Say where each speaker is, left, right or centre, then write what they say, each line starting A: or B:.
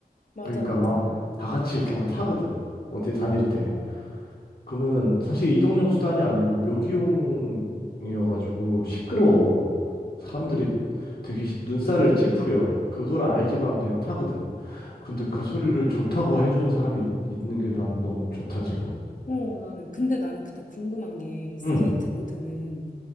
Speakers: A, on the left; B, on the left.
A: 맞아,
B: 그러니까
A: 맞아.
B: 막 다 같이 이렇게 막 타거든. 어디 다닐 때.
A: 어,
B: 그러면은 사실 이동용 수단이 아니고 묘기용이어가지고 시끄러워. 사람들이
A: 음,
B: 되게 눈살을 찌푸려. 그걸 알지만
A: 어,
B: 그냥 타거든. 근데 그 소리를 좋다고 해주는 사람이 있- 있는 게 난 너무 좋다, 지금.
A: 어, 나는, 근데 나는 그때 궁금한 게, 스케이트보드는
B: 응,